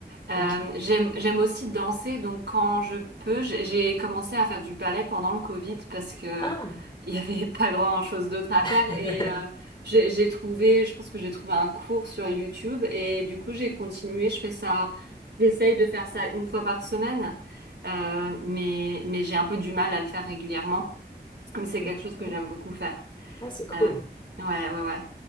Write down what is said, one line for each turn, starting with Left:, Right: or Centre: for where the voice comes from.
Right: Euh,
Left: Ok.
Right: j'aime, j'aime aussi danser, donc quand je peux, j'ai j'ai commencé à faire du ballet pendant le Covid parce que
Left: Ah,
Right: il y avait <laughs> pas grand-chose d'autre à faire
Left: <laughs>
Right: et euh, j'ai j'ai trouvé, je pense que j'ai trouvé un cours sur YouTube et du coup j'ai continué, je fais ça, j'essaye de faire ça une fois par semaine, euh, mais mais j'ai un peu du mal à le faire régulièrement, mais c'est
Left: ok.
Right: quelque chose que j'aime beaucoup faire.
Left: Ah, c'est cool.
Right: Euh, ouais, ouais, ouais.